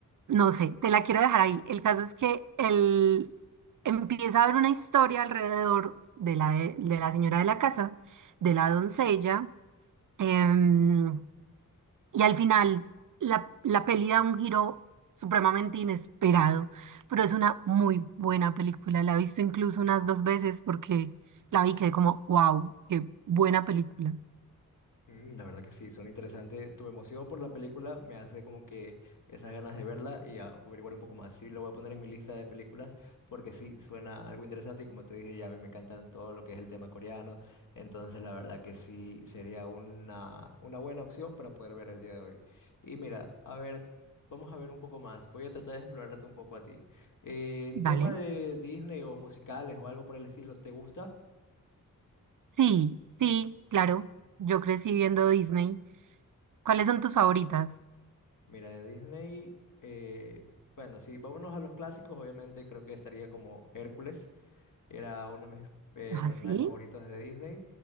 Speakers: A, on the right; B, on the left.
A: no sé, te la quiero dejar ahí. El caso es que él empieza a haber una historia alrededor de la, de la señora de la casa, de la doncella. em, y al final, la, la peli da un giro supremamente inesperado, pero es una muy buena película. La he visto incluso unas dos veces porque la vi y quedé como, wow, qué buena película.
B: Mm, La verdad que sí, suena interesante. Tu emoción por la película me hace como que esas ganas de verla y a- averiguar un poco más. Sí, lo voy a poner en mi lista de películas porque sí, suena algo interesante y como te dije, ya a mí me encantan todo lo que es el tema coreano. Entonces, la verdad que sí, sería una, una buena opción para poder ver el día de hoy. Y mira, a ver, vamos a ver un poco más. Voy a tratar de explorarte un poco a ti. Eh, en
A: ¿Vale?
B: tema de Disney o musicales o algo por el estilo, ¿te gusta?
A: Sí, sí, claro. Yo crecí viendo Disney. ¿Cuáles son tus favoritas?
B: Mira, de Disney, eh, bueno, sí, vámonos a los clásicos, obviamente creo que estaría como Hércules, era uno de mis eh,
A: ¿Ah,
B: personajes
A: sí?
B: favoritos de Disney,